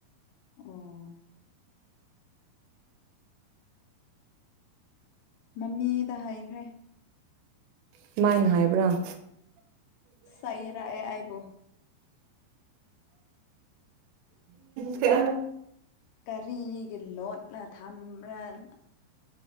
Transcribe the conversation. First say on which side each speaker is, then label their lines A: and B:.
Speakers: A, on the left; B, on the right.
A: ꯑꯣ ꯃꯃꯤꯗ ꯍꯥꯏꯩꯈ꯭ꯔꯦ
B: ꯁꯃꯥꯏꯅ ꯍꯥꯏꯕ꯭ꯔꯥ ꯍ
A: ꯆꯩꯔꯛꯑꯦ ꯑꯩꯕꯨ
B: ꯆ
A: ꯀꯔꯤꯒꯤ ꯂꯣꯠꯂ ꯊꯝꯕ꯭ꯔꯥꯅꯣ